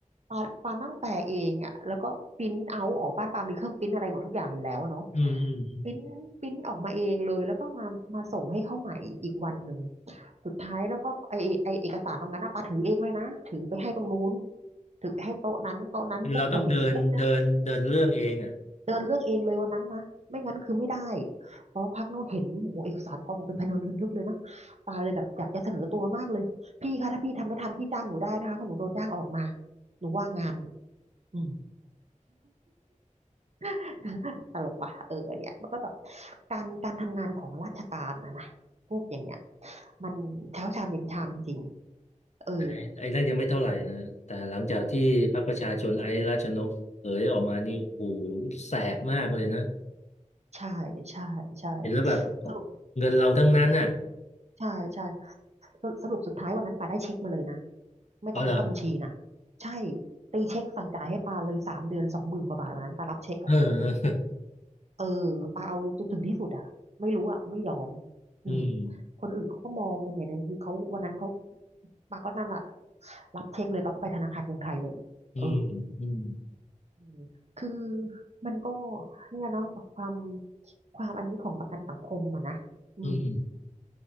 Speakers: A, on the right (about 55°); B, on the left (about 60°).
A: ปาปานั่งแปลเองอ่ะแล้วก็ปริ้นเอาออกบ้านปามีเครื่องปริ้นอะไรหมดทุกอย่างอยู่แล้วเนาะ
B: อืมอืมอืม
A: ปริ้นปริ้นออกมาเองเลยแล้วก็มามาส่งให้เขาใหม่อีกวันหนึ่งสุดท้ายแล้วก็ไอไอเอกสารตรงนั้นนะปาถือเองเลยนะถือไปให้ตรงนู้นถือไปให้โต๊ะนั้นโต๊ะนั้นปุ๊บพอเห็นปุ๊บเนี่ย
B: คือเราต้องเดินเดินเดินเรื่องเองอ่ะ
A: เดินเรื่องเองเลยวันนั้นนะไม่งั้นคือไม่ได้เพราะพักโน้เห็นโอ้โหเอกสารกองเป็นพันวนทึนทึกเลยนะตาเลยแบบอยากจะเสนอตัวมากเลยพี่คะถ้าพี่ทำไม่ทันพี่จ้างหนูได้นะคะเพราะหนูโดนจ้างออกมาหนูว่างงานอืม <laughs> ตลกปะเออเนี่ยมันก็แบบการการทำงานของราชการนะนะพวกอย่างเงี้ยมันเช้าชามเย็นชามจริงๆเออ
B: ไอ้ไอ้นั่นยังไม่เท่าไหร่นะแต่หลังจากที่พรรคประชาชนไอ้ราชนกเผยออกมานี่โอ้โหแสบมากเลยนะ
A: ใช่ใช่ใช่
B: เห็นแล้วแบบ
A: สรุป
B: เงินเราทั้งนั้นน่ะ
A: ใช่ใช่สรุปสรุปสุดท้ายวันนั้นป่าได้เช็คมาเลยนะ ไม่ต้องเอาเข้าบัญชีนะ
B: เอาเหรอ
A: ใช่ตีเช็คสั่งจ่ายให้ปาเลยสามเดือนสองหมื่นกว่าบาทวันนั้นปารับเช็คอะ
B: เออ
A: เออปาเอาจนถึงที่สุดอ่ะไม่รู้อ่ะไม่ยอม
B: <laughs>
A: อืม
B: อืม
A: คนอื่นเขาก็มองกันไงเนี่ยคือเขาวันนั้นเขาปาก็นั่นแหละรับเช็คเลยปาก็ไปธนาคารกรุงไทยเลยเออ
B: อืมอืม
A: อืมคือมันก็เนี่ยเนาะความความอันนี้ของประกันสังคมอะนะอืม
B: อืม